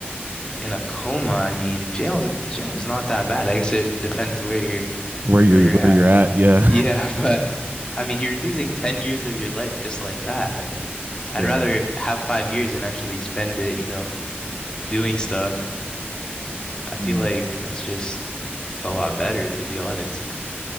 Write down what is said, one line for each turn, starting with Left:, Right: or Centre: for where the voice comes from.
Left: in a coma. I mean, jail jail is not that bad. I guess it depends where you're
Right: Where
Left: where
Right: you're
Left: you're
Right: where
Left: at.
Right: you're at. Yeah.
Left: Yeah, <laughs> but I mean, you're losing 10 years of your life just like that. I mean, I'd
Right: <laughs> yeah.
Left: rather have five years and actually spend it, you know, doing stuff. I feel
Right: Mm.
Left: like that's just a lot better, to be honest.